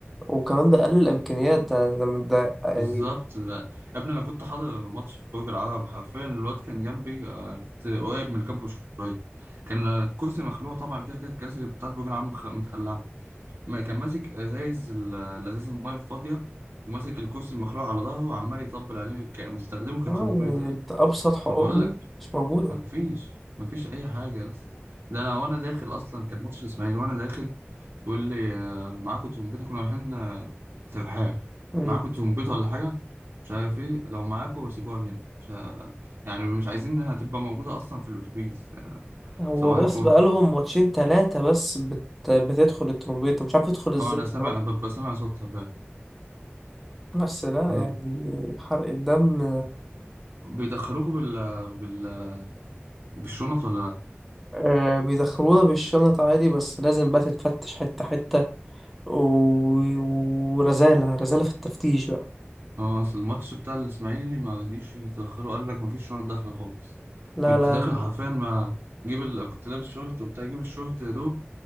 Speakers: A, in the centre; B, on the right.
A: وكمان ده قلل الامكانيات ده ده, ده يعني
B: بالظبط لا يا ابني انا كنت حاضر ماتش في برج العرب حرفيا الواد كان جنبي آه، كنت قريب من الكابو شويه كان الكرسي مخلوع طبعا كده كده الكراسي بتاعت برج العرب مخ- متخلعه ما كان ماسك ازايز ال- الازايز الميه الفاضيه وماسك الكرسي المخلوع على ظهره وعمال يطبل عليه ك- مستخدمه كترمبيطه
A: اه يعني انت ابسط حقوقنا
B: انا بقول لك
A: مش موجوده
B: مفيش مفيش اي حاجه يا اسطى ده انا وانا داخل اصلا كان ماتش الاسماعيلي وانا داخل بيقول لي آه، معاكم ترومبيطه كنا رايحين آه، ترحال
A: مم.
B: معاكم ترومبيطه ولا حاجه مش عارف ايه لو معاكم سيبوها هنا مش ه... يعني مش عايزين انها تبقى موجوده اصلا في الاتوبيس يعني
A: هو
B: صباح الفل
A: بس بقالهم ماتشين ثلاثه بس بت... بتدخل الترومبيته مش عارف تدخل ازاي
B: اه انا
A: بصراحه
B: سامع ببقى سامع صوتها فعلا
A: بس لا
B: ب-
A: يعني حرق الدم
B: بيدخلوكوا بال... بال... بالشنط ولا
A: آه بيدخلونا بالشنط عادي بس لازم بقى تتفتش حته حته و... ورزاله رزاله في التفتيش بقى
B: اه اصل الماتش بتاع الاسماعيلي ما رضيش يتاخروا قال لك ما فيش شنط داخله خالص
A: لا
B: كنت
A: لا
B: داخل حرفيا ما جيب ال... كنت لابس شورت وبتاع جيب الشورت يا دوب